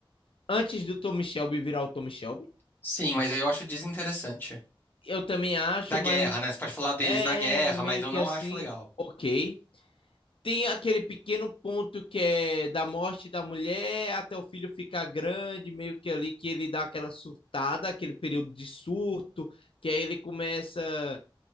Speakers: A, on the left; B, on the left.
A: antes do Tommy Shelby virar o Tommy Shelby.
B: Sim, mas aí eu acho desinteressante.
A: Eu também acho,
B: Da guerra,
A: mas
B: né? Você pode falar deles
A: é
B: na guerra,
A: meio
B: mas eu
A: que
B: não
A: assim,
B: acho legal.
A: OK. Tem aquele pequeno ponto que é da morte da mulher até o filho ficar grande, meio que ali que ele dá aquela surtada, aquele período de surto, que aí ele começa